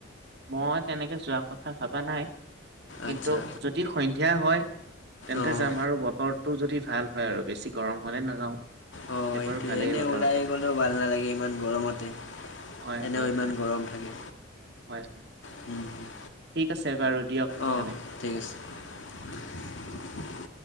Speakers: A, on the right; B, on the left.
A: মই তেনেকে যোৱা কথা ভবা নাই, কিন্তু
B: আচ্ছা
A: যদি সন্ধিয়া হয় তেন্তে
B: অঁ
A: চাম, আৰু বতৰটো যদি ভাল হয় আৰু বেছি গৰম হলে নাযাওঁ।
B: অ
A: এতিয়া
B: সেইটোৱে,
A: বাৰু ভালেই
B: এনেই
A: বতৰটো
B: ওলাই গ'লেও ভাল নালাগে ইমান গৰমতে।
A: হয়
B: এনেও
A: হয়
B: ইমান
A: হয়
B: গৰম থাকে
A: হয়।
B: হুম হুম,
A: ঠিক আছে বাৰু দিয়ক নহ'লে।
B: অঁ ঠিক আছে <inaudible>